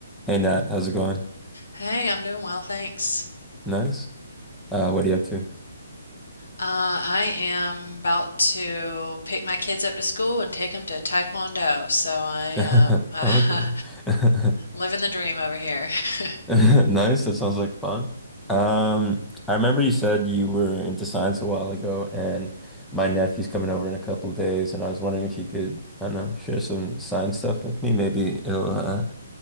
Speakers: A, in the centre; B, on the left.
A: Hey Nat, how's it going?
B: Hey, I'm doing well, thanks.
A: Nice. Uh, what are you up to?
B: Uh, I am about to pick my kids up to school and take them to Taekwondo, so I am
A: <laughs>
B: <laughs>
A: Okay. <laughs>
B: living the dream over here. <laughs>
A: Nice. That sounds like fun. Um, I remember you said you were into science a while ago, and my nephew's coming over in a couple of days, and I was wondering if you could, I don't know, share some science stuff with me. Maybe it'll uh,